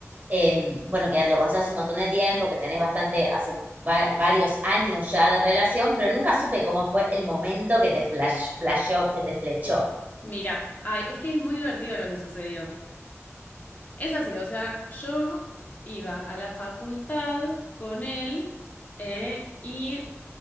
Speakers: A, on the right; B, on the left.
A: em, bueno, que lo conocés hace un montón de tiempo, que tenés bastante, hace va- varios años ya de relación, pero nunca supe cómo fue el momento que te flash, flasheó, que te flechó.
B: Mira, ay, es que es muy divertido lo que sucedió. Es así, o sea, yo iba a la facultad con él eh, y